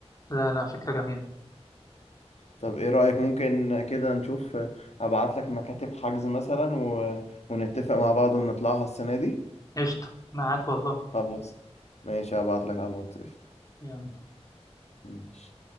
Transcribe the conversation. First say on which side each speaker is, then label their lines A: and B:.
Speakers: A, on the left (about 30°); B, on the left (about 75°).
A: لا لا فكرة جميلة
B: طب ايه رأيك ممكن كده نشوف ابعت لك مكاتب حجز مثلا و... ونتفق مع بعض ونطلعها السنة دي
A: قشطة معاك والله
B: خلاص ماشي هبعت لك على الواتس قشطة.
A: يلا
B: ماشي